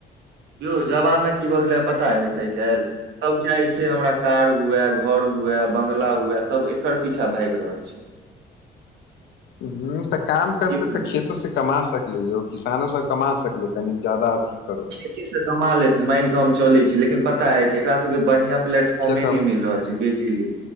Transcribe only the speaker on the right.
यौ जमाना की भऽ गेलै पता अछी आइ काल्हि सब चाहै छैय हमरा कार हुए, घर हुए, बंगला हुए सब एकर पीछा भागि रहल छैय।
की बुझलियै
खेतीसँ कमा लेतै मानि कऽ हम चलैत छी लेकिन पता अइछ एकरा सभके बढ़िआँ प्लेटफॉर्मे
नहि मिल रहल छैय बेचै ले।